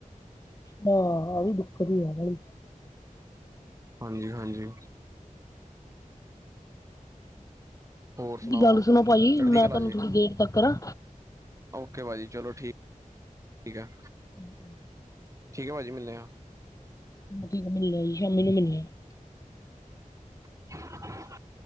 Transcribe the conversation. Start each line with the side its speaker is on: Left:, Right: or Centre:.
Left: ਹਾਂ <unintelligible>
Right: ਹਾਂਜੀ -ਹਾਂਜੀ। ਹੋਰ ਸੁਣਾਓ
Left: ਗੱਲ ਸੁਣੋ ਭਾਜੀ,
Right: ਚੜ੍ਹਦੀ
Left: ਮੈਂ
Right: ਕਲਾ
Left: ਤੁਹਾਨੂੰ
Right: ਜੇ
Left: ਥੋੜੀ ਦੇਰ ਤੱਕਾਂ ਕਰਾਂ।
Right: ਓਕੇ ਭਾਜੀ, ਚਲੋ ਠੀਕ -ਠੀਕ ਆ।
Left: <unintelligible>
Right: ਠੀਕ ਹੈ ਭਾਜੀ। ਮਿਲਦੇ ਹਾਂ।
Left: ਠੀਕ ਹੈ ਜੀ। ਸ਼ਾਮੀ ਨੂੰ <unintelligible>
Right: <unintelligible>